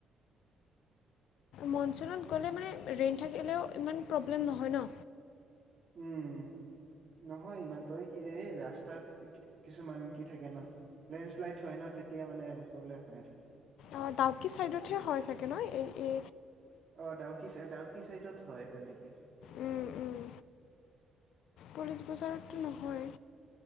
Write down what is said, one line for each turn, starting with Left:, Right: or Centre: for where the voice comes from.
Left: মনচনত গ'লে মানে ৰেইন থাকিলেও ইমান প্ৰব্লেম নহয় ন
Right: উম নহয় ইমান পৰে কি এই ৰাস্তাত কিছুমান কি থাকে ন লেণ্ডশ্লাইড হয় ন তেতিয়া মানে প্ৰব্লেম হয় আৰু
Left: অ ডাউকি চাইদতহে
Right: এ
Left: হয় চাগে ন এ এ
Right: অ ডাউকি চাই ডাউকি চাইডত হয় তেনেকে
Left: উম, উম, পুলিচ বজাৰততো নহয়